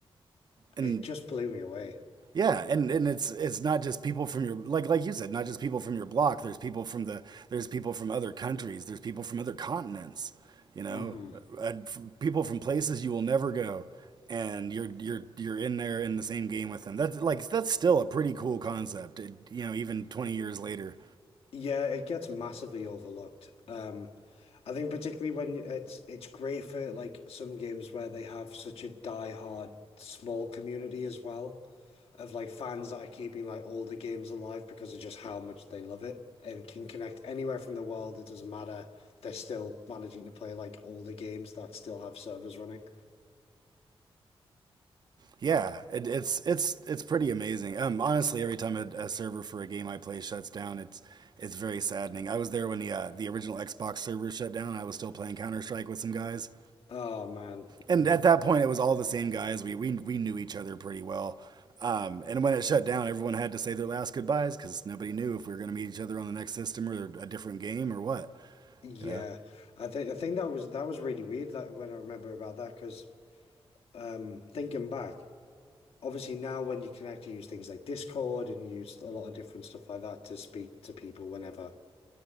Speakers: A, on the right; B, on the left.
A: And
B: It just blew me away.
A: Yeah, and and it's it's not just people from your like like you said, not just people from your block. There's people from the there's people from other countries. There's people from other continents. You know,
B: hmm
A: uh, f- people from places you will never go, and you're you're you're in there in the same game with them. That's like that's still a pretty cool concept. It, you know, even 20 years later,
B: Yeah, it gets massively overlooked. Um, I think particularly when it's it's great for like some games where they have such a die-hard small community as well of like fans that are keeping like all the games alive because of just how much they love it and can connect anywhere from the world. It doesn't matter. They're still managing to play like all the games that still have servers running.
A: Yeah, it, it's it's it's pretty amazing. Um, honestly, every time a, a server for a game I play shuts down, it's it's very saddening. I was there when the uh, the original Xbox server shut down. I was still playing Counter Strike with some guys,
B: Oh man.
A: and
B: Mm.
A: at that point, it was all the same guys. We we we knew each other pretty well. Um, and when it shut down, everyone had to say their last goodbyes because nobody knew if we were going to meet each other on the next system or a different game or what.
B: Yeah.
A: You know.
B: I think I think that was that was really weird that when I remember about that because um, thinking back, obviously now when you connect, you use things like Discord and you use a lot of different stuff like that to speak to people whenever.